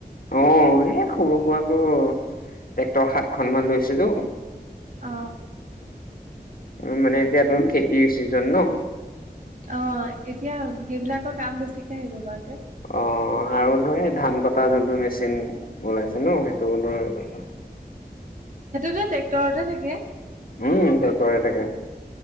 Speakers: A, on the left (about 60°); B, on the right (about 55°).
A: অ এই সৰু সুৰাকো টেক্টৰ সাতখন মান লৈছিলো।
B: অ
A: উ মানে এতিয়া ধৰ খেতিৰ চিজন ন
B: অ এতিয়া সেইবিলাকৰ কাম বেছিকে আহিব বাৰতে
A: অ আৰু ধৰ সেই ধান কটা যোনটো মেচিন ওলাইছে ন সেইটো ধৰে এইখন
B: সেইটো ধৰ ট্ৰেক্টৰতে থাকে।
A: উম' তেওঁ কৰি থাকে।